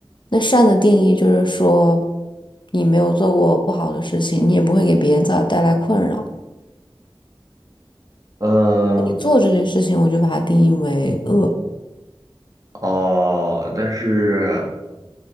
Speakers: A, on the left (about 55°); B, on the right (about 40°).
A: 那善的定义就是说，你没有做过不好的事情，你也不会给别人造带来困扰。
B: 呃，
A: 你做这件事情，我就把它定义为恶。
B: 哦，但是